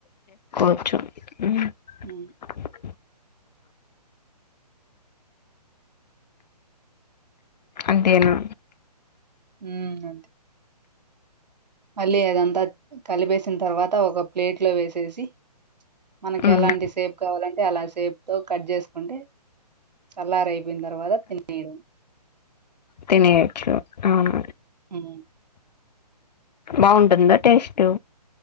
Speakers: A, on the left; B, on the right.
A: <inaudible>
B: హ్మ్.
A: అంతేనా
B: మ్మ్ అంతే మళ్ళీ అదంతా కలిపేసిన తర్వాత ఒక ప్లేట్ లో వేసేసి మనకి
A: ఉమ్
B: ఎలాంటి సేప్ కావాలంటే అలా సేప్ తో కట్ చేసుకుంటే సల్లారాయిపోయిన తర్వాత తినేయండి
A: తినేయొచ్చు అవును
B: ఉమ్
A: బాగుంటుందా టెస్టు?